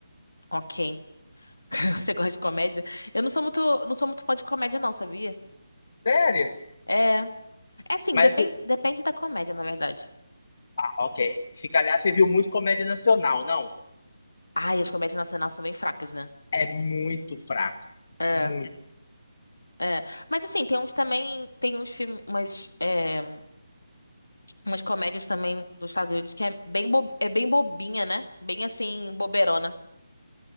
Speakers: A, on the left; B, on the left.
A: ok. <laughs> Você gosta de comédia? Eu não sou muito, não sou muito fã de comédia não, sabia?
B: Sério?
A: É, é assim,
B: Mas,
A: depende, depende da comédia, na verdade.
B: ah, ok. Se calhar você viu muito comédia nacional, não?
A: Ai, as comédias nacionais são bem fracas, né?
B: É muito fraco.
A: É.
B: Muito.
A: É, mas assim, tem uns também, tem uns filmes, umas, é, umas comédias também dos Estados Unidos que é bem, bo- é bem bobinha, né? Bem assim, boberona.